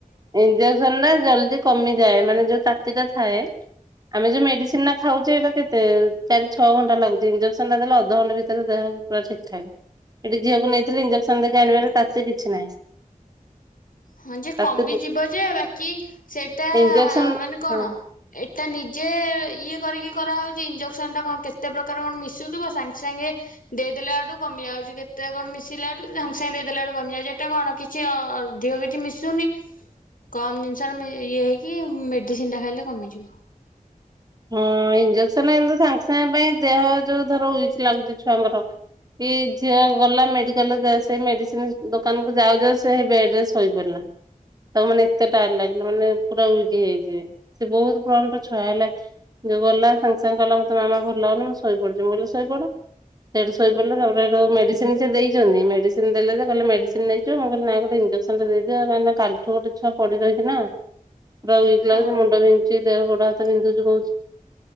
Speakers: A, on the right (about 25°); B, on the left (about 70°).
A: ଇଞ୍ଜେକ୍ସନ ଟା ଜଲଦି କମିଯାଏ ମାନେ ଯୋଉ ତାତି ଟା ଥାଏ ଆମେ ଯୋଉ ମେଡିସିନ ଟା ଖାଉଛେ ଏଟା କେତେ ଚାରି ଛଅ ଘଣ୍ଟ ଲାଗୁ ଇଞ୍ଜେକ୍ସନ ଟା ଦେଲେ ଅଧଘଣ୍ଟ ଭିତରେ ଦେହ ପା ଠିକ ଠାକ ଏଠି ଝିଅକୁ ନେଇଥିଲେ ଇଞ୍ଜେକ୍ସନ ଦେଖି ଆଣିବାରେ ତାତୀ ସେ କିଛି ନାହିଁ।
B: ହଁ ଯେ
A: ତାତି
B: କମ ବି ଯିବ ଯେ ବାକି ସେଇଟା
A: ଇଞ୍ଜେକ୍ସନ
B: ମାନେ କଣ
A: ହଁ
B: ଏଟା ନିଜେ ଇଏ କରିକି କରାହଉଛି ଇଞଜେକ୍ସନ ଟା କଣ କେତେ ପ୍ରକାର କଣ ମିଶୁଥିବ ସାଙ୍ଗେ ସାଙ୍ଗେ ଦେଇଦେଲା ବୁ କମି ଯାଉ ଛି କେତେ କଣ ମିଶିଲା ବେଠୁ ସାଙ୍ଗେ ସାଙ୍ଗେ ଦେଇଦେଲା ବେୁ କମିଯା ଏଟା କଣ କିଛି ଅଧିକ ମିଶୁନି କମ ଜିନିଷରେ ଇଏ ହେଇକି ମେଡିସିନ ଟା ଖାଇଲେ କମିଯିବ।
A: ହଁ ଇଞ୍ଜେକ୍ସନ ଏମତି ସାଙ୍ଗେ ସାଙ୍ଗେ ପାଇଁ ଦେହ ଯୋଉ ଧର ଉଇକି ଲାଗୁଛି ଛୁଆଙ୍କର କି ଝିଅ ଗଲା ମେଡିକାଲ ସେ ମେଡିସିନ ଦୋକାନକୁ ଯାଉ ଯାଉ ସେଇ ବେଡ ରେ ଶୋଇପଡିଲା। ତାକୁ ମାନେ ଏତେ ଟାଇଡେ ଲାଗିଲା ମାନେ ପୁରା ଇ ହେଇଯିବେ ସେ ବହୁତ ପ୍ରମୋଟ ଛୁଆ ହେଲେ ଯୋଉ ଗଲା ସାଙ୍ଗେ ସାଙ୍ଗେ ଗଲା ମତେ ମାମା ଭଲ ଲାଗୁନି ମୁଁ ଶୋଇ ପଡୁଛି ମୁଁ କହିଲି ଶୋଇପଡ। ସେଠି ଶୋଇ ପଡିଲ ତା ମେଡିସିନ ସେ ଦେଇଛନ୍ତି ମେଡିସିନ ଦେଲେ କହିଲେ ମେଡିସିନ ନେଇିବ ମୁଁ କହିଲି ଇଜେସନ ଟା ଦେଇଦିଅ କଁ ନା କାଲିଠୁ ଗୋଟେ ଛୁଆ ପଡି ରହିଛି ନା। ପୁରା ୱେକ୍
B: ହଁ
A: ଲାଗୁଛି ମୁଣ୍ଡ ବିନ୍ଧୁଛି ଦେହ ଗୋଡ ହାତ ବିନ୍ଧୁଛି କହୁଛି।